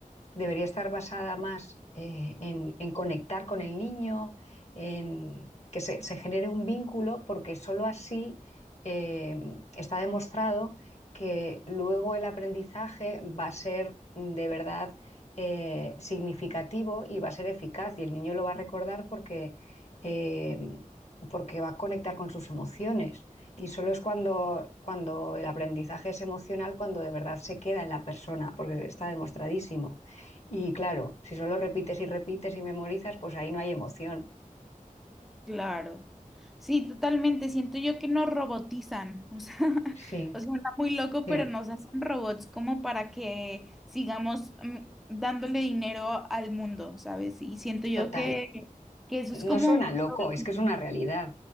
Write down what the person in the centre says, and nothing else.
Claro. Sí, totalmente. Siento yo que nos robotizan. O sea, <laughs>
o sea, está muy loco,
pero nos hacen robots como para que sigamos mm, dándole dinero al mundo, ¿sabes? Y siento yo
que, que eso
es como
un
problema.